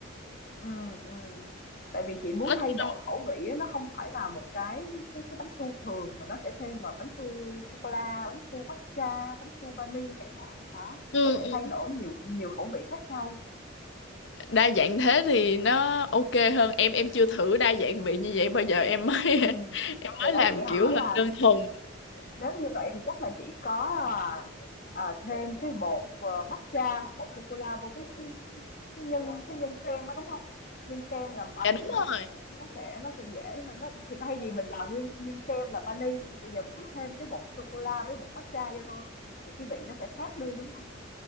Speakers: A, on the left; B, on the left.
A: Ừ, ừ. Tại vì chị muốn
B: Nói
A: thay
B: chung
A: đổi
B: là
A: khẩu vị á, nó không phải là một cái cái cái bánh su thường mà nó sẽ thêm vào bánh su sô cô la, bánh su matcha, bánh su vani chẳng hạn. Đó,
B: ừ,
A: nó sẽ
B: ừ. ừ.
A: thay đổi nhiều nhiều khẩu vị khác nhau.
B: đa dạng thế thì nó ok hơn em em chưa thử đa dạng vị như vậy bao giờ em mới
A: Ừm,
B: <laughs> em
A: thì
B: mới
A: đấy,
B: làm
A: chị
B: kiểu
A: hỏi
B: là
A: là,
B: đơn thuần
A: nếu như vậy thì chắc là chỉ có là, à, thêm cái bột, ờ, matcha hoặc bột sô-cô-la vô cái cái cái cái nhân cái nhân kem đó, đúng không Nhân kem làm bánh
B: dạ đúng
A: thì nó sẽ
B: rồi
A: nó sẽ nó sẽ dễ hơn, nó thì thay vì mình làm nguyên nguyên kem là vani thì bây giờ mình chỉ thêm cái bột sô-cô-la với bột matcha vô thôi, thì cái vị nó sẽ khác đi, đúng không